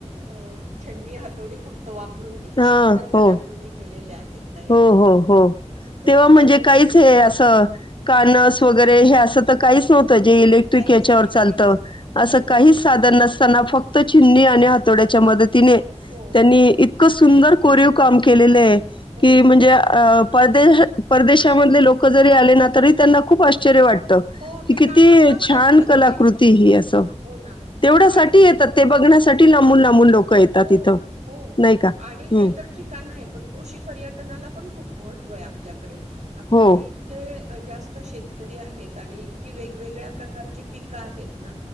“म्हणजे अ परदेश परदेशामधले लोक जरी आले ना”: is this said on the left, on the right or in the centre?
Left